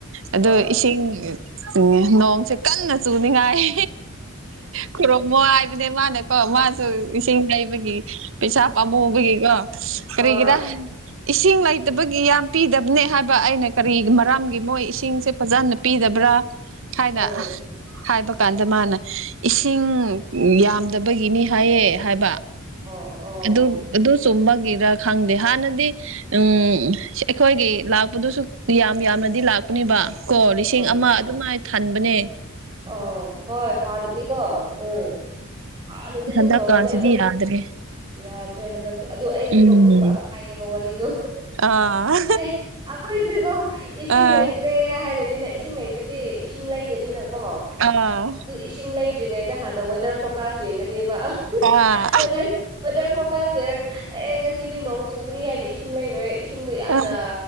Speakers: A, on the right; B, on the right.
A: ꯑꯗꯣ
B: ꯍꯣꯏ
A: ꯏꯁꯤꯡ ꯎꯝ ꯅꯣꯡꯁꯦ ꯀꯟꯅ ꯆꯨꯅꯤꯡꯉꯥꯏ ꯈꯨꯔꯨꯝꯃꯣ ꯍꯥꯏ ꯅꯦ ꯃꯥꯅꯀꯣ ꯃꯥ ꯎꯝ ꯏꯁꯤꯡ ꯂꯩꯕꯒꯤ ꯄꯩꯁꯥ ꯄꯥꯝꯃꯨꯕꯒꯤꯀꯣ
B: ꯍꯣꯏ
A: ꯀꯔꯤꯒꯤꯔ
B: ꯍꯣꯏ
A: ꯏꯁꯤꯡ ꯂꯩꯇꯕꯒꯤ ꯌꯥꯝ ꯄꯤꯗꯕꯅꯦ ꯍꯥꯏꯕ ꯑꯩꯅ ꯀꯔꯤ
B: ꯑꯥ
A: ꯃꯔꯝꯒꯤ ꯃꯣꯏ ꯏꯁꯤꯡꯁꯦ ꯐꯖꯅ ꯄꯤꯗꯕ꯭ꯔꯥ ꯍꯥꯏꯅ
B: ꯎꯝ
A: ꯍꯥꯏꯕ ꯀꯥꯟꯗ ꯃꯥꯅ ꯏꯁꯤꯡ ꯌꯥꯝꯗꯕꯒꯤꯅꯤ ꯍꯥꯏꯌꯦ ꯍꯥꯏꯕ
B: ꯑꯣ ꯑꯣ
A: ꯑꯗꯨ ꯑꯗꯨ ꯆꯨꯝꯕꯒꯤꯔ ꯈꯪꯗꯦ ꯍꯥꯟꯅꯗꯤ ꯎꯝ ꯈꯣꯏꯒꯤ ꯂꯥꯛꯄꯗꯨꯁꯨ ꯌꯥꯝ ꯌꯥꯝꯅꯗꯤ ꯂꯥꯛꯄꯅꯦꯕ ꯀꯣ ꯂꯤꯁꯤꯡ
B: ꯍꯣꯏ
A: ꯑꯃ
B: ꯍꯣꯏ
A: ꯑꯗꯨꯃꯥꯏ ꯈꯟꯕꯅꯦ
B: ꯑꯣ ꯍꯣꯏ ꯍꯥꯟꯅꯗꯤꯀꯣ ꯎꯝ ꯍꯥꯟꯅꯗꯤ
A: ꯍꯟꯗꯛꯀꯥꯟꯁꯤꯗꯤ
B: ꯗꯨꯝ ꯇꯧꯔꯝꯃꯦ ꯑꯗꯣ
A: ꯌꯥꯗ꯭ꯔꯦ
B: ꯌꯥꯗ꯭ꯔꯦ ꯍꯟꯗꯛ ꯑꯗꯨ ꯑꯩꯅ
A: ꯎꯝ
B: ꯅꯣꯛꯅꯤꯡꯕ ꯑꯃ ꯍꯥꯏꯒꯦꯕ ꯋꯥꯔꯤꯗꯣ
A: ꯑꯥ
B: ꯑꯩ ꯑꯈꯣꯏꯁꯦꯀꯣ ꯏꯁꯤꯡ
A: ꯑꯥ
B: ꯂꯩꯇ꯭ꯔꯦꯅ ꯍꯥꯏꯔꯅꯤꯅ ꯏꯁꯤꯡ ꯂꯩꯇ꯭ꯔꯗꯤ ꯏꯁꯤꯡ ꯂꯩꯒꯅꯤꯅꯀꯣ
A: ꯑꯥ
B: ꯑꯗꯨ ꯏꯁꯤꯡ ꯂꯩꯗ꯭ꯔꯤꯉꯩꯗ ꯍꯥꯟꯅ ꯋꯦꯗꯔ ꯐꯣꯔꯀꯥꯁ ꯌꯦꯡꯒꯅꯤꯕ ꯑ
A: ꯑꯥ
B: ꯋꯦꯗꯔ ꯋꯦꯗꯔ ꯐꯣꯀꯁ ꯌꯦꯔ ꯑꯦ ꯉꯁꯤꯗꯤ ꯅꯣꯡ ꯆꯨꯒꯅꯤ ꯍꯥꯏꯗꯤ ꯏꯁꯤꯡ ꯂꯩꯔꯣꯏ ꯏꯁꯤ ꯁꯤꯡꯗꯣ ꯌꯥꯝꯅ
A: ꯑꯥ